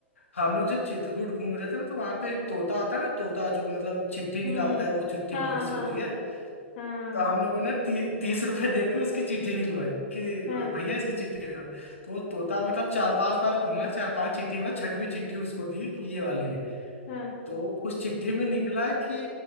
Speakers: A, on the left (about 85°); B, on the left (about 55°).
A: हम लोग जब चित्रकूट घूम रहे थे ना तो वहां पे एक तोता आता है ना तोता जो मतलब चिट्ठी
B: हम्म
A: निकालता है वो चिट्ठी
B: हाँ
A: भविष्य
B: हाँ
A: होती है
B: हाँ
A: तो हम लोगों ने ती, तीस रुपए दे के उसकी चिट्ठी निकलवाई कि अ,
B: हाँ
A: भैया इसकी चिट्ठी निकाल तो वो तोता मतलब चार पांच बार घुमा चार पांच चिट्ठी के बाद छठवीं चिट्ठी उसको दी कि ये वाली है
B: हाँ
A: तो उस चिट्ठी में निकला कि